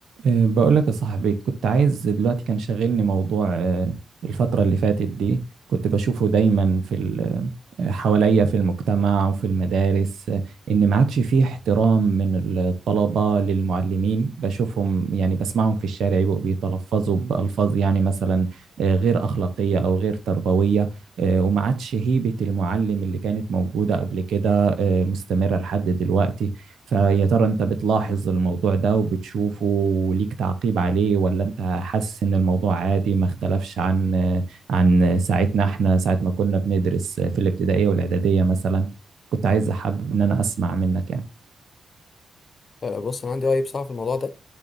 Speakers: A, on the right (about 70°); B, on the left (about 55°).
A: أه، بقول لك يا صاحبي كنت عايز دلوقتي كان شاغلني موضوع أه، الفترة اللي فاتت دي كنت بشوفه دايما في ال- أه، حواليا في المجتمع وفي المدارس أه، إن ما عادش فيه احترام من الطلبة للمعلمين بشوفهم يعني بسمعهم في الشارع يبقوا بيتلفظوا بألفاظ يعني مثلا أه، غير أخلاقية أو غير تربوية أه، وما عادش هيبة المعلم اللي كانت موجودة قبل كده أه، مستمرة لحد دلوقتي فيا ترى انت بتلاحظ الموضوع ده وبتشوفه وليك تعقيب عليه ولا انت حاسس ان الموضوع عادي ما اختلفش عن عن ساعتنا احنا ساعة ما كنا بندرس في الابتدائية والاعدادية مثلا كنت عايز احابب ان انا اسمع منك يعني
B: آه، بص انا عندي راي بصراحه في الموضوع ده